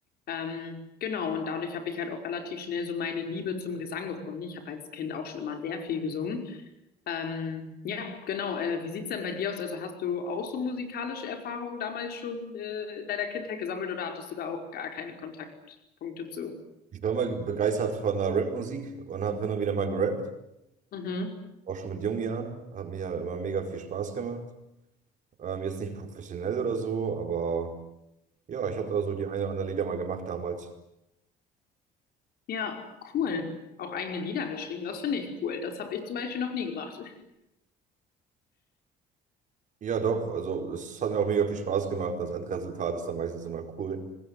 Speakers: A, on the left (about 65°); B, on the right (about 50°).
A: Ähm, genau, und dadurch habe ich halt auch relativ schnell so meine Liebe zum Gesang gefunden. Ich habe als Kind auch schon immer sehr viel gesungen. Ähm, ja, genau. Äh, wie sieht's denn bei dir aus? Also hast du auch so musikalische Erfahrungen damals schon äh, in deiner Kindheit gesammelt oder hattest du da auch gar keine Kontaktpunkte zu?
B: Ich war mal begeistert von der Rapmusik und habe hin und wieder mal gerappt,
A: Mhm.
B: auch schon mit jungen Jahren. Hat mir ja immer mega viel Spaß gemacht. Ähm, jetzt nicht professionell oder so, aber ja, ich habe da so die eine oder andere Lieder mal gemacht damals.
A: Ja, cool. Auch eigene Lieder geschrieben, das finde ich cool. Das habe ich zum Beispiel noch nie gemacht.
B: Ja, doch, also es hat mir auch mega viel Spaß gemacht. Das Endresultat ist dann meistens immer cool.